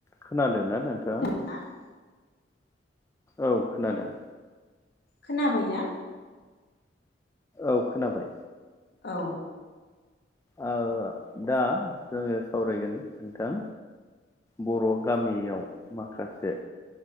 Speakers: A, on the left (about 15°); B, on the left (about 60°).
A: खोनादोंना नोंथाङा?
B: <unintelligible>
A: औ खोनादों।
B: खोनाबायना?
A: औ खोनाबाय।
B: औ।
A: ओदा जोंङो सावरायगोन नोंथां बर' गामियाव माखासे